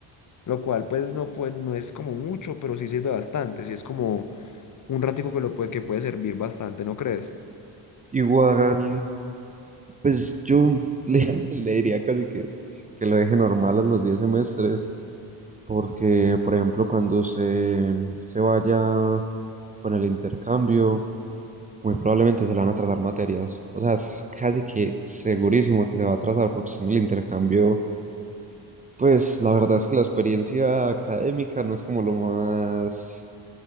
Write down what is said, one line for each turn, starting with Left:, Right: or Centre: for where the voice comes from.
Left: lo cual pues no, pues no es como mucho, pero sí sirve bastante, sí es como un ratico que lo puede, que puede servir bastante, ¿no crees?
Right: Igual, pues yo <laughs> le, le diría casi que, que lo deje normal a los 10 semestres, porque, por ejemplo, cuando se, se vaya con el intercambio, Muy probablemente se le van a atrasar materias. O sea, es casi que segurísimo que se va a atrasar porque si en el intercambio, pues la verdad es que la experiencia académica no es como lo más